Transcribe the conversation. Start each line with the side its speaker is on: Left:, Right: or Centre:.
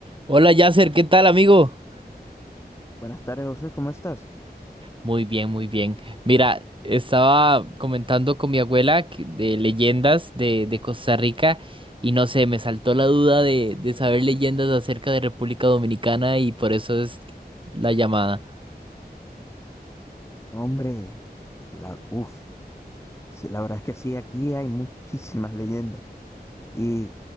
Right: Hola Yasser, ¿qué tal amigo?
Left: Buenas tardes, José, ¿cómo estás?
Right: Muy bien, muy bien. Mira, estaba comentando con mi abuela que- de leyendas de, de Costa Rica y no sé, me saltó la duda de, de saber leyendas acerca de República Dominicana y por eso es la llamada.
Left: No, hombre, la, uf, sí, la verdad es que sí, aquí hay muchísimas leyendas. Y,